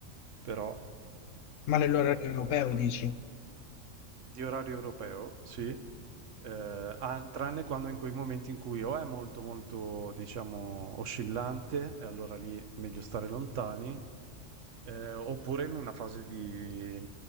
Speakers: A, on the right; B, on the left.
A: però
B: Ma nell'orario
A: eh,
B: europeo dici?
A: di orario europeo, sì, eh, ah, tranne quando in quei momenti in cui o è molto molto diciamo oscillante e allora lì è meglio stare lontani eh, oppure in una fase di,